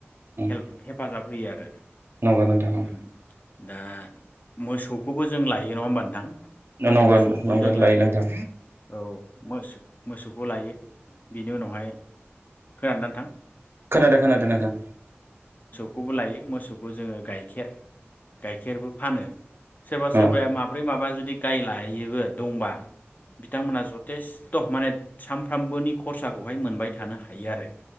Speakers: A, on the right (about 60°); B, on the left (about 40°).
A: उम
B: हेल्फ हेफाजाब होयो आरो।
A: नंगौ नोंथां औ।
B: उम दा मोसौखौबो जों लायो नङा होमबा नों थां
A: नंगौ
B: मोसौखौबो
A: नंगौ
B: जों लायो
A: नोंथां
B: औ औ मोस मोसौखौ लायो बिनि उनावहाय खोनादों ना नोंथां?
A: खोनादो खोनादो नोंथां।
B: खौबो लायो मोसौखौ जोङो गाइखेर गाइखेरबो फानो सोरबा सोरबाया
A: औ
B: माब बाब्रै माबा जुदि गाय लायोबो दंबा बिथांमोनहा जथेस्थ' माने सानफ्रामबोनि खरसाखौहाय मोनबाय थानो हायो आरो।